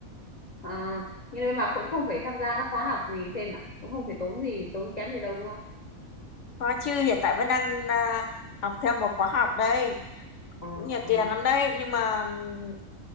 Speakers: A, on the left (about 40°); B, on the left (about 60°).
A: À, nhưng bên bà cũng không phải tham gia các khóa học gì thêm à? Cũng không phải tốn gì tốn kém gì đâu đúng không?
B: có chứ hiện tại vẫn đang ờ, học thêm một khóa học đây
A: Ờ,
B: cũng nhiều
A: ờ,
B: tiền lắm đây nhưng mà ừm,